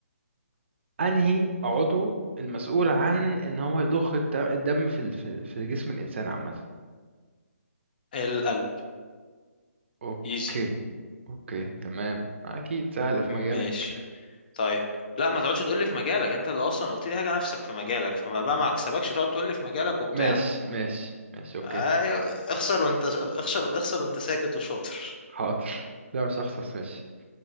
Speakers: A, on the right; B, on the left.
A: انهي عضو المسؤول عن ان هو يضخ الت- الدم في ال- في في جسم الانسان عامه
B: القلب
A: اوكي
B: ايزي
A: اوكي تمام اكيد سهله في مجالك
B: ماشي طيب لا ما تقعدش تقول لي في مجالك انت اللي اصلا قلت لي حاجه نفسك في مجالك فما بقى ما
A: أه.
B: اكسبكش تقعد تقول لي في مجالك وبتاع
A: ماشي ماشي ماشي اوكي
B: ايوه اخسر وانت اخسر اخسر وانت ساكت وشاطر
A: حاضر لا مش هخسر ماشي